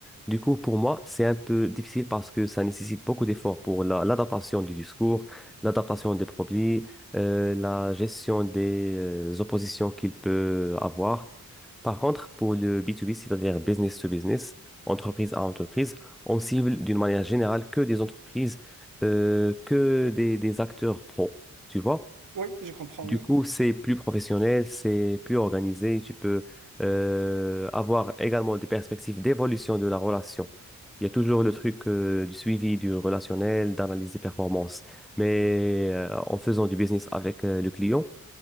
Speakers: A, in the centre; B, on the right.
A: Du coup, pour moi, c'est un peu difficile parce que ça nécessite beaucoup d'efforts pour la- l'adaptation du discours, l'adaptation des produits, euh, la gestion des euh, oppositions qu'il peut avoir. Par contre, pour le B2B, c'est-à-dire business to business, entreprise à entreprise, on cible d'une manière générale que des entreprises, euh, que des, des acteurs pro, tu vois.
B: Oui, je comprends,
A: Du
B: oui.
A: coup, c'est plus professionnel, c'est plus organisé. Tu peux euh, avoir également des perspectives d'évolution de la relation. Il y a toujours le truc euh, du suivi du relationnel, d'analyse des performances. Mais euh, en faisant du business avec euh, le client,